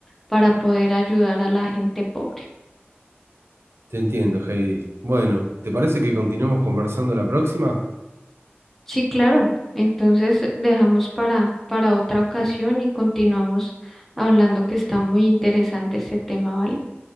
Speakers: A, in the centre; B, on the right.
A: para poder ayudar a la gente pobre.
B: Te entiendo, Heidi. Bueno, ¿te parece que continuemos conversando la próxima?
A: Sí, claro. Entonces dejamos para, para otra ocasión y continuamos hablando que está muy interesante este tema, ¿vale?